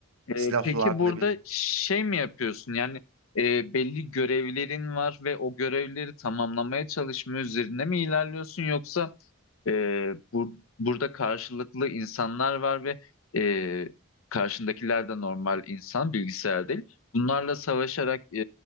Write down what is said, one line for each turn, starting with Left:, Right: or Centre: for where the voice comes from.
Right: Silahlar
Left: Ee, peki burada
Right: ne bileyim.
Left: şey mi yapıyorsun? Yani e, belli görevlerin var ve o görevleri tamamlamaya çalışma üzerine mi ilerliyorsun yoksa e, bu, burada karşılıklı insanlar var ve e, karşındakiler de normal insan, bilgisayar değil. Bunlarla savaşarak e,